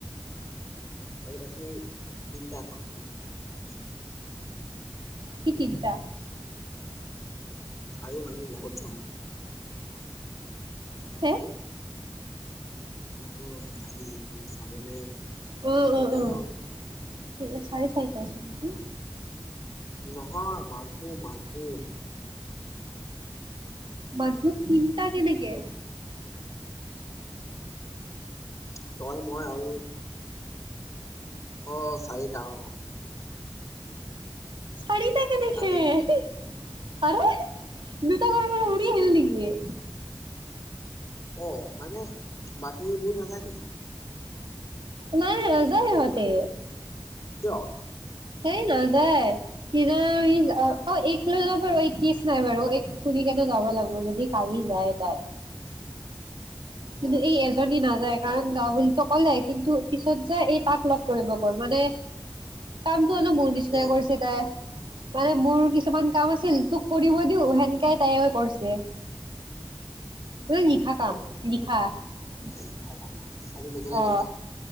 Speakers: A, on the left (about 35°); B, on the right (about 70°).
A: আৰু পি তিনটা ন তিনটা‌ ন চ
B: কি তিনটা
A: আৰু মানে মই লগত যাম
B: হে
A: নহয় কালি কালি চাবলে
B: উ! উ!
A: তিনটা
B: উ!
A: ন
B: চাৰে চাৰিটা হৈছে।
A: নহয়, মা এই মাহী‌।
B: মাকৰ তিনিটা কেনেকে?
A: তই মই আৰু অ' চাৰিটা, অ'।
B: চাৰিটা কেনেকে?
A: চাৰি
B: আৰে? দুটা গৰ কি হিল‌ দিকে
A: অ মানে, বাকীবোৰ নাজায় নেকি?
B: নাই নাযায় ইিহঁতে
A: কিয়?
B: সেই নাযায়, <unintelligible> অ' এইক লৈ ল বাৰু এইক কেচ নাই বাৰু, এইক সুধি কিনে যাব লাগিব, যদি কালি যায় তাই। কিন্তু
A: অ
B: এই এজনী নাযায় গান গাওঁ বুলিতো ক'লে, কিন্তু পিছত যে এই তাক লগ ধৰিব গ'ল। মানে কাম নো মোৰ নিচিনায়ে
A: উম
B: কৰিছে তাই। মানে মোৰ কিছুমান কাম আছিল তোক কৰিব দিওঁ, সেনকাই তাইও কৰিছে। <unintelligible> নিশা কাম।
A: অ
B: ৰিহা অ'হ,
A: ইফাল ইফালে লবলৈ গ'ল ন